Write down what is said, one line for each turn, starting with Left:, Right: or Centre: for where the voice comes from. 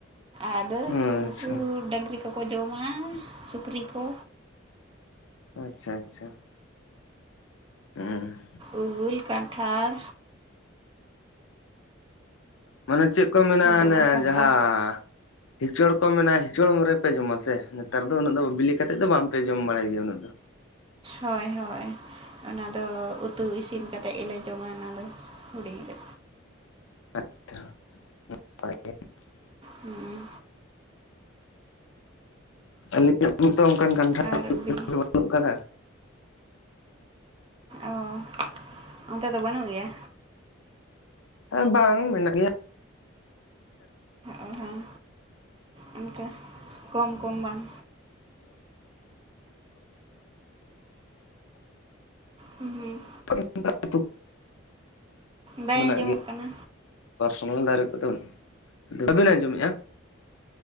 Right: ᱟᱫᱚ
Left: ᱟᱪᱪᱷᱟ
Right: ᱩᱱᱠᱩ ᱰᱟᱹᱝᱨᱤ ᱠᱚᱠᱚ ᱡᱚᱢᱟ ᱥᱩᱠᱨᱤ ᱠᱚ
Left: ᱟᱪᱪᱷᱟ ᱟᱪᱪᱷᱟ ᱦᱩᱸ
Right: ᱩᱞ ᱠᱟᱱᱴᱷᱟᱲ
Left: ᱢᱟᱱᱮ ᱪᱮᱫ ᱠᱚ ᱢᱮᱱᱟᱜᱼᱟ
Right: ᱫᱚᱢᱮ
Left: ᱟᱱᱮ
Right: ᱥᱟᱥᱛᱟ
Left: ᱡᱟᱦᱟᱸ ᱦᱤᱪᱚᱲ ᱠᱚ ᱢᱮᱱᱟ ᱦᱤᱪᱚᱲ ᱨᱮᱯᱮ ᱡᱚᱢᱟ ᱥᱮ ᱱᱮᱛᱟᱨ ᱫᱚ ᱩᱱᱟᱹᱜ ᱫᱚ ᱵᱤᱞᱤ ᱠᱟᱛᱮᱜ ᱫᱚ ᱵᱟᱝᱯᱮ ᱡᱚᱢ ᱵᱟᱲᱟᱭ ᱜᱮᱭᱟ ᱩᱱᱟᱹᱜ ᱫᱚ᱾
Right: ᱦᱳᱭ ᱦᱳᱭ ᱚᱱᱟ ᱫᱚ ᱩᱛᱩ ᱤᱥᱤᱱ ᱠᱟᱛᱮᱫ ᱜᱮ ᱞᱮ ᱡᱚᱢᱟ ᱚᱱᱟ ᱫᱚ ᱦᱩᱰᱤᱧ ᱨᱮ᱾
Left: ᱟᱪᱪᱷᱟ <unintelligible>
Right: ᱦᱮᱸ
Left: ᱟᱹᱞᱤᱧᱟᱜᱛᱚ ᱚᱱᱠᱟᱱ ᱠᱟᱱᱴᱷᱟᱲ
Right: ᱟᱨ ᱵᱤᱞᱤ
Left: ᱵᱟᱹᱱᱩᱜ ᱟᱠᱟᱫᱟ
Right: ᱚ ᱚᱱᱛᱮ ᱫᱚ ᱵᱟᱹᱱᱩᱜ ᱜᱮᱭᱟ᱾
Left: ᱦᱮᱸ ᱵᱟᱝ ᱢᱮᱱᱟᱜ ᱜᱮᱭᱟ᱾
Right: ᱚ ᱦᱚᱸ ᱚᱱᱠᱟ ᱠᱚᱢ ᱠᱚᱢ ᱵᱟᱝ ᱦᱩᱸ ᱦᱩᱸ
Left: <inaudible>
Right: ᱵᱟᱭ
Left: ᱢᱮᱱᱟᱜ
Right: ᱟᱸᱡᱚᱢᱚᱜ
Left: ᱜᱮᱭᱟ
Right: ᱠᱟᱱᱟ
Left: <unintelligible> ᱫᱟᱨᱮ ᱠᱚᱫᱚ <unintelligible> ᱵᱤᱱ ᱟᱸᱡᱚᱢᱮᱫ-ᱟ